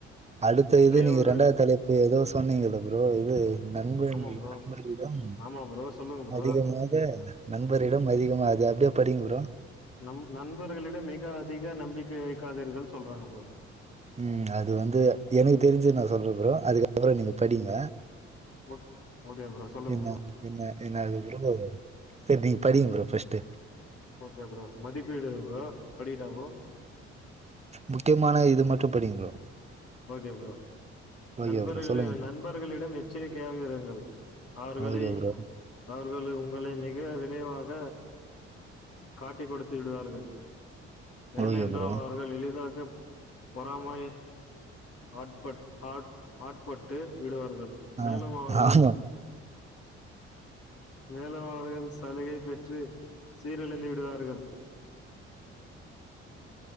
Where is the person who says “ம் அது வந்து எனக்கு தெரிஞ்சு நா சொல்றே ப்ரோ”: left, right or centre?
Right